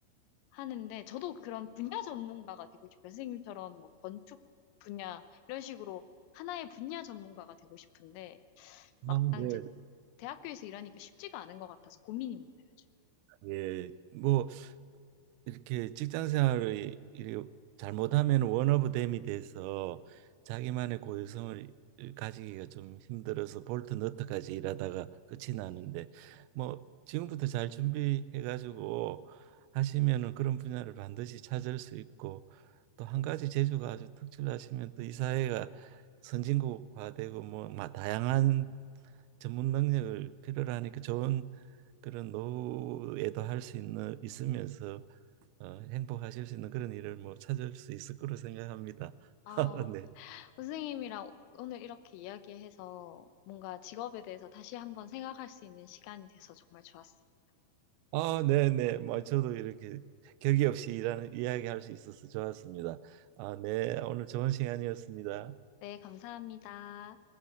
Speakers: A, on the left; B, on the right.
A: 하는데 저도 그런 분야 전문가가 되고 싶어요. 선생님처럼 뭐 건축 분야 이런 식으로 하나의 분야 전문가가 되고 싶은데 막상
B: 아, 네.
A: 이제 대학교에서 일하니까 쉽지가 않은 것 같아서 고민입니다. 요즘.
B: 예, 뭐 이렇게 직장 생활을 이- 잘못하면 원 오브 댐이 돼서 자기만의 고유성을 가지기가 좀 힘들어서 볼트 너트까지 일하다가 끝이 나는데 뭐 지금부터 잘 준비해 가지고 하시면은 그런 분야를 반드시 찾을 수 있고 또 한 가지 재주가 아주 특출나시면 또 이 사회가 선진국화되고 뭐 마- 다양한 전문 능력을 필요로 하니까 좋은 그런 노후에도 할 수 있는 있으면서 어, 행복하실 수 있는 그런 일을 뭐 찾을 수 있을 거로 생각합니다.
A: 아,
B: <laughs> 네.
A: 선생님이랑 오늘 이렇게 이야기해서 뭔가 직업에 대해서 다시 한번 생각할 수 있는 시간이 돼서 정말 좋았어요.
B: 아, 네, 네. 뭐 저도 이렇게 격이 없이 일하는 이야기할 수 있어서 좋았습니다. 아, 네. 오늘 좋은 시간이었습니다.
A: 네, 감사합니다.